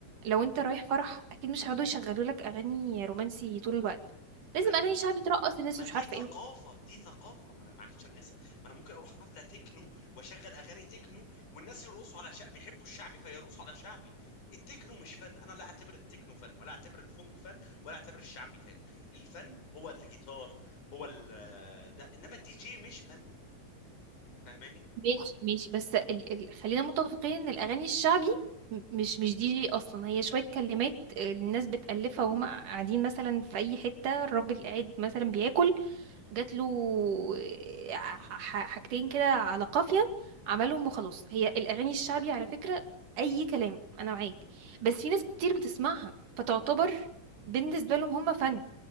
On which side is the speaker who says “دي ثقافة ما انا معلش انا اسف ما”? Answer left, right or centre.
Left